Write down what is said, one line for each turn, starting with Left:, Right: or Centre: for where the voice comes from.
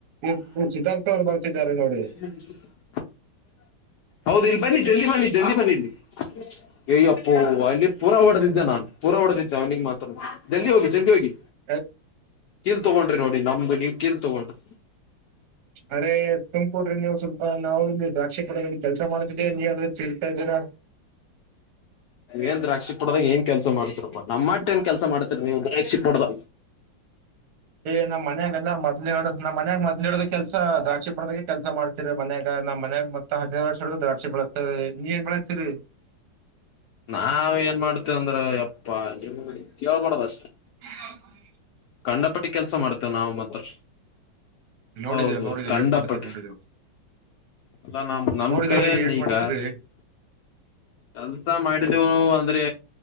Right: ನಿಮ್ ಚಿಕ್ಕಪ್ಪನವರು ಅವ್ರು ಬರ್ತಿದ್ದಾರೆ ನೋಡಿ.
Left: ಸಂಜ <inaudible> ಹೌದ ಇಲ್ಲಿ ಬನ್ನಿ ಜಲ್ದಿ ಬನ್ನಿ ಜಲ್ದಿ ಬನ್ನಿ. ಅಯ್ಯಪ್ಪ ಅಲ್ಲಿ ಪೂರಾ ಹೊಡದಿದ್ದೆ ನಾನ್ ಪೂರಾ ಹೊಡದಿದ್ದೆ ಅವನಿಿಗೆ ಮಾತ್ರ ಜಲ್ದಿ ಹೋಗಿ ಜಲ್ದಿ ಹೋಗಿ.
Right: ಯಾಕ್-
Left: ಕೀಲ್ ತಗೊಂಡ್ರಿ ನೋಡಿ ನಮ್ದು ನೀವ್ ಕೀಲ್ ತಗೊಂಡ್ರಿ.
Right: ಅರೆೇ ಸುಮಕೂ್ರಿ ನೀವು ಸ್ವಲ್ಪ ನಾವು ಇಲ್ಲಿ ದ್ರಾಕ್ಷಿ ಪಡೆ ಕೆಲ್ಸ ಮಾಡ. ನೀ ಅದ್ರೆ ಚಲ್ತಾ ಇದೀರಾ?
Left: ಏನ್ ದ್ರಾಕ್ಷಿ ಪಡದಾಗ ಏನ್ ಕೆಲ್ಸ ಮಾಡತರಪ್ಪಾ ನಮ್ಮ ಮಟ್ಟ ಏನ್ ಕೆಲಸ ಮಾಡ ರುದ್ರಾಕ್ಷಿ ಪಡೆದ
Right: ಎ ನಮ್ ಮನ್ಯಾಗಲ್ಲ ಮೊದಲಿ ಇಡೋನ ಮನ್ಯಾಗ ಮದ್ಲ ಇಡೋ ಕೆಲ್ಸ ದ್ರಾಕ್ಷಿ ಪಡದೆ ಕೆಲಸ ಮಾಡ್ತಿರಿ ಮನ್ಯಾಗ ನಮ್ಮ ಮನ್ಯಾಗ ಮತ್ತ ಹದಿನೈದು ವರ್ಷವರ್ಗ ದಾಕ್ಷಿ ಬೆಳಸ್ತರಿ ನೀ ಏನು ಬೆಳಸ್ತೀರಿ
Left: ನಾವ ಏನ್ ಮಾಡ್ತೇವಂದ್ರ ಯಪ್ಪಾ ಕೇಳಬಾರದು ಅಷ್ಟೇ
Right: ಹಾ ಹ <inaudible>
Left: ಕಂಡಪಟ್ಟಿ ಕೆಲ್ಸ ಮಾಡ್ತೇವ ನಾವು ಮಾತ್ರ.
Right: ನೋಡಿದೇವೆ
Left: ಹೌದು
Right: ನೋಡಿದೇವೆ
Left: ಖಂಡಪಟ್ಟ
Right: ಏಟ್ ಮಾಡ್ತೀರಿ ನೋಡಿದೇವೆ
Left: ಅಲ್ಲ ನಮ್ ನಮ
Right: ನೋಡಿದೇವ್ರೀ
Left: ಕಡೆಯೇನ್
Right: ಏಟ್
Left: ಈಗ
Right: ಮಾಡ್ತೀರಿ
Left: ಕೆಲ್ಸ ಮಾಡಿದ್ದೇವು ಅಂದ್ರೆ